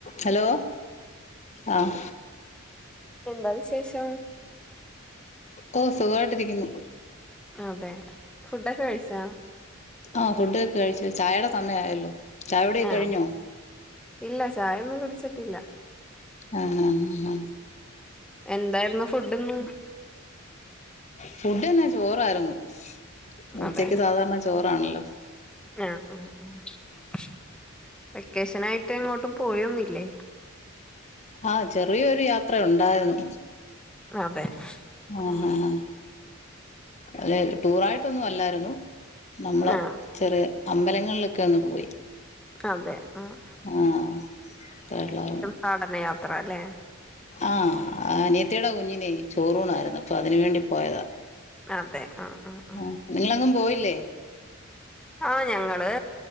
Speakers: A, on the left; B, in the centre.
A: Hello ആഹ്
B: എന്താ വിശേഷം
A: ഓഹ് സുഖമായിട്ടിരിക്കുന്നു
B: അതെ ഫുഡൊക്കെ കഴിച്ചാ
A: ആഹ് ഫുഡെക്കെ കഴിച്ചു ചായയുടെ സമയമായല്ലോ ചായ കുടിയൊക്കെ
B: ആഹ്
A: കഴിഞ്ഞോ
B: ഇല്ല ചായൊന്നും കുടിച്ചിട്ടില്ല
A: ആണോ ആഹ്
B: എന്തായിരുന്നു ഫുഡ്ന്ന്
A: ഫുഡ് ഇന്ന് ചോറായിരുന്നു ഉച്ചക്ക്
B: അതെ
A: സാധാരണ ചോറാണല്ലോ
B: ആഹ് ആഹ് ആഹ് വെക്കേഷനായിട്ട് എങ്ങോട്ടും പോയൊന്നുമില്ലേ
A: ആഹ് ചെറിയൊരു യാത്ര ഉണ്ടായിരുന്നു
B: അതെ
A: ആഹ്
B: ഉം
A: ആഹ് അങ്ങനെ ടൂറായിട്ടൊന്നും അല്ലായിരുന്നു നമ്മള
B: ആഹ്
A: ചെറിയ അമ്പലങ്ങളിലൊക്കെ ഒന്ന് പോയി
B: അതെ ആഹ്
A: ആ ത്രള്ളാരുന്നു
B: പാടനയാത്ര അല്ലേ?
A: ആ അനിയത്തിയുടെ കുഞ്ഞിനെ ചോറൂണായിരുന്നു അപ്പ അതിനുവേണ്ടി പോയതാ.
B: അതെ ആഹ് ആഹ്
A: ആ നിങ്ങളെങ്ങും പോയില്ലേ?
B: ആ ഞങ്ങള്